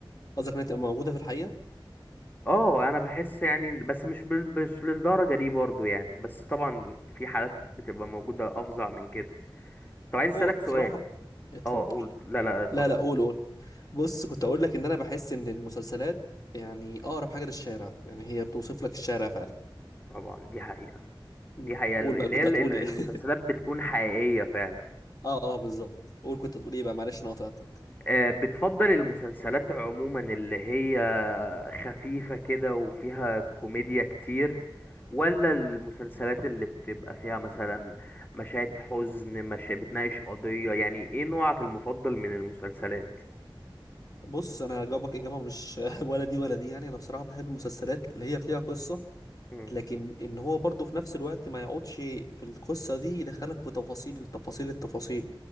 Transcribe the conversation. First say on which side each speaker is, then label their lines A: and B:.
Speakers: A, on the left (about 45°); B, on the left (about 20°).
A: قصدك انها تبقى موجودة في الحقيقة
B: اه انا بحس يعني بس مش بال- مش للدرجه دي برضو يعني بس طبعا في حالات بتبقى موجوده افظع من كده طب عايز اسالك
A: هو
B: سؤال
A: بصراحة اتفضل
B: اه قول لا لا اتفضل
A: لا لا قول قول بص كنت اقول لك ان انا بحس ان المسلسلات يعني اقرب حاجة للشارع يعني هي بتوصف لك الشارع فعلا
B: طبعا دي حقيقه
A: م.
B: دي حقيقه
A: قول
B: اللي
A: بقى كنت
B: هي ال-
A: هتقول
B: ال-
A: ايه
B: المسلسلات
A: <laughs>
B: بتكون حقيقيه فعلا
A: اه اه بالظبط قول كنت هتقول ايه بقى معلش انا قطعتك
B: آه، بتفضل المسلسلات عموما اللي هي خفيفة كده وفيها كوميديا كتير ولا المسلسلات اللي بتبقى فيها مثلا مشاهد حزن مش بتناقش قضية يعني ايه نوعك المفضل من المسلسلات
A: بص انا هجاوبك اجابه مش <laughs> ولا دي ولا دي يعني انا بصراحه بحب المسلسلات اللي هي فيها قصه
B: مم.
A: لكن ان هو برضه في نفس الوقت ما يقعدش في القصه دي يدخلك في تفاصيل التفاصيل التفاصيل